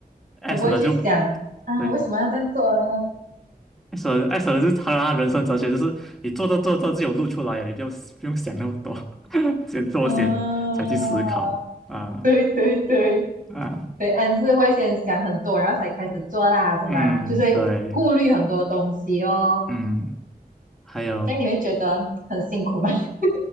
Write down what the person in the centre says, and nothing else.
S
的就对
S 的 S 的就是他他人生哲学就是你做着做着就有路出来了，你不用不用想那么多，<laughs> 先做先才去思考啊
啊
嗯对
嗯还有